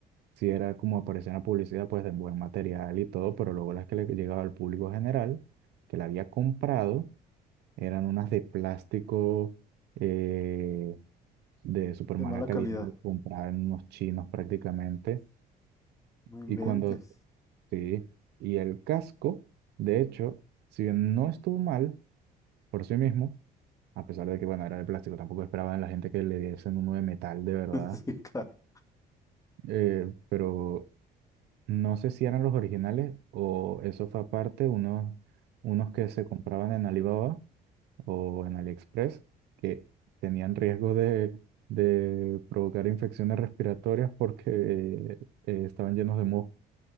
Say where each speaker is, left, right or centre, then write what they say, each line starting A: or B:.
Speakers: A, on the right; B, on the left.
A: sí era como aparecía en la publicidad, pues de buen material y todo, pero luego las que le llegaba al público general, que la había comprado, eran unas de plástico. eh, de súper
B: De
A: mala
B: mala
A: calidad,
B: calidad.
A: comprada en unos chinos prácticamente.
B: No inventes.
A: Y cuando, sí, y el casco, de hecho, si bien no estuvo mal por sí mismo, a pesar de que, bueno, era de plástico, tampoco esperaban la gente que le diesen uno de metal de verdad,
B: <laughs> Sí, claro.
A: eh, pero no sé si eran los originales o eso fue aparte, unos, unos que se compraban en Alibaba o en AliExpress que tenían riesgo de, de provocar infecciones respiratorias porque eh, estaban llenos de moho.